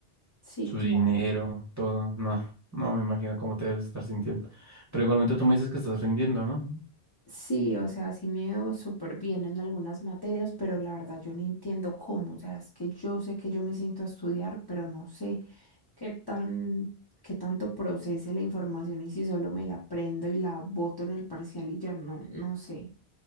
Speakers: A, on the left (about 25°); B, on the right (about 20°).
A: Sí,
B: su
A: claro.
B: dinero, todo. No, no me imagino cómo te debes estar sintiendo. Pero igualmente tú me dices que estás rindiendo, ¿no?
A: Sí, o sea, sí me veo súper bien en algunas materias, pero la verdad yo no entiendo cómo. O sea, es que yo sé que yo me siento a estudiar, pero no sé qué tan, qué tanto procese la información y si solo me la prendo y la boto en el parcial y ya no, no sé.